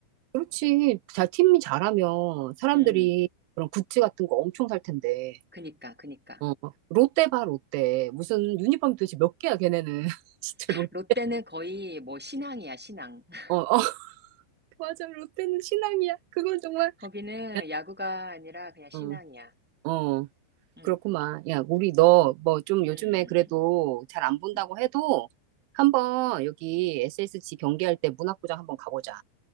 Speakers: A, on the right; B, in the centre.
A: 그렇지. 자, 팀이 잘하면 사람들이
B: 음
A: 그런 굿즈 같은 거 엄청 살 텐데.
B: 그니까, 그니까.
A: 어, 롯데 봐, 롯데. 무슨 유니폼 도대체 몇 개야, 걔네는. <laughs> 진짜 롯데.
B: 롯데는 거의 뭐 신앙이야, 신앙. <laughs>
A: 어, 어. <laughs> 맞아, 롯데는 신앙이야. 그건 정말.
B: 거기는
A: 야,
B: 야구가 아니라 그냥 신앙이야.
A: 응, 어, 어,
B: 응,
A: 그렇구만. 야, 우리 너 뭐 좀 요즘에
B: 음,
A: 그래도
B: 음.
A: 잘 안 본다고
B: 음.
A: 해도 한번 여기 SSG 경기할 때 문학구장 한번 가보자.